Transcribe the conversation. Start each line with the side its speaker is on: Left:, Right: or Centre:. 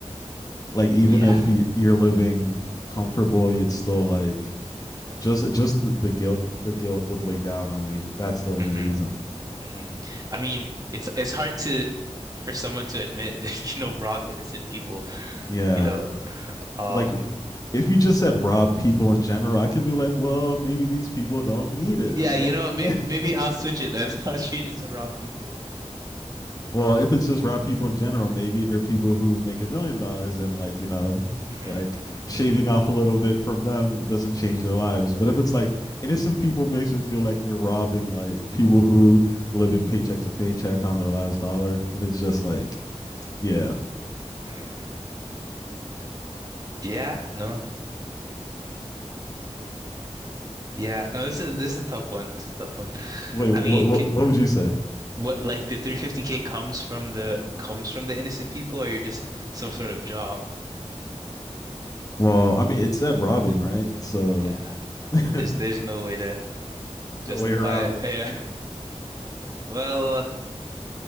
Left: like, even
Right: Yeah.
Left: if you, you're living comfortable, it's still like just, just the, the guilt, the guilt would weigh down on me. That's the only
Right: hmm
Left: reason.
Right: hmm I mean, it's it's hard to for someone to admit <laughs> that you know rob innocent people,
Left: Yeah.
Right: you know. Um
Left: Like, if you just said rob people in general, I could be like, well, maybe these people don't need it,
Right: yeah,
Left: right?
Right: you know, maybe
Left: Yeah.
Right: maybe
Left: <laughs>
Right: I'll switch it then. <laughs> I'll change it to rob people.
Left: well, if it's just rob people in general, maybe they're people who make a million dollars and like, you know,
Right: hmm
Left: like
Right: hmm
Left: shaving off a little bit from them doesn't change their lives. But if it's like innocent people makes it feel like you're robbing like people who are living paycheck to paycheck on their last dollar. And it's just like, yeah.
Right: hmm Yeah, no. Yeah, no, this is this is a tough one. This is a tough one.
Left: Wait, what
Right: I mean,
Left: what,
Right: could
Left: what would you say?
Right: What like the 350k comes from the comes from the innocent people or you're just some sort of job?
Left: Well, I mean, it said robbing, right? So
Right: Yeah,
Left: <laughs>
Right: no.
Left: no
Right: There's there's no way to justify
Left: way around
Right: it.
Left: it.
Right: <laughs> Yeah. Well,